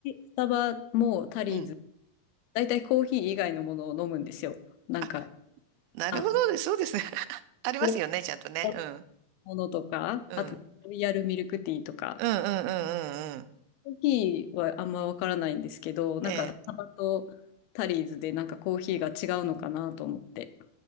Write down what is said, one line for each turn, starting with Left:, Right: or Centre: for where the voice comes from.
Left: スタバもタリーズ、
Right: うん。
Left: 大体コーヒー以外のものを飲むんですよ。なんか、
Right: あ、なるほどです。
Left: あ、
Right: そうですね。<laughs> ありますよね、
Left: ブラック
Right: ちゃんとね。
Left: の
Right: うん。
Left: ものとか、
Right: うん。
Left: あと、ロイヤルミルクティーとか。
Right: うんうんうんうんうん。
Left: コーヒーはあんまわからないんですけど、なんかスタバとタリーズでなんかコーヒーが違うのかなと思って。
Right: ええ